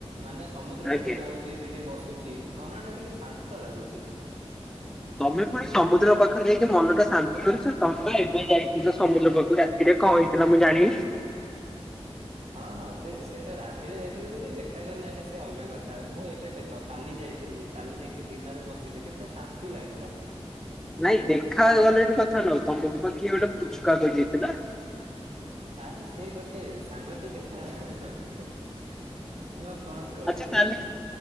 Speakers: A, on the right; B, in the centre.
A: ମାନେ ସମୁଦ୍ର
B: ଆଜ୍ଞା।
A: ପାଖକୁ ଯାଉଛି ସେଠି ବସୁଛି ମନଟା ଟିକେ ଶାନ୍ତ ଲାଗୁଛି।
B: ତମେ ପୁଣି ସମୁଦ୍ର ପାଖରେ ଯାଇକି ମନଟା ଶାନ୍ତି କରିଛ ତମେ? ଏବେ ଯାଇଥିଲ ସମୁଦ୍ର ଲୋକକୁ ରାତିରେ କଣ ହେଇଥିଲା ମୁଁ ଜାଣିନି।
A: ହଁ ହଁ ସେ ସେଟା ରାତିରେ ଯାଇଥିଲେ ବୋଲି ଦେଖାଗଲାନି ସେ ଅଲଗା କଥା ମୁଁ ଏବେ ଦେଖ କାଲି ଯାଇଥିଲି। କାଲି ଯାଇକି ଦିନରେ ବସିଲି କେତେ ଶାନ୍ତି ଲାଗିଲା।
B: ନାଇଁ ଦେଖା ଗଲାନି କଥା ନୁହଁ। ତମକୁ ପା କିଏ ଗୋଟେ ପୁଚୁକା କରି ଯାଇଥିଲା।
A: ଆରେ ସେ ଗୋଟେ ସାଙ୍ଗଟି ଦେଖା <unintelligible> ମୁଁ ଆଉ କଣ କହିବି?
B: ଆଚ୍ଛା ତାହେଲେ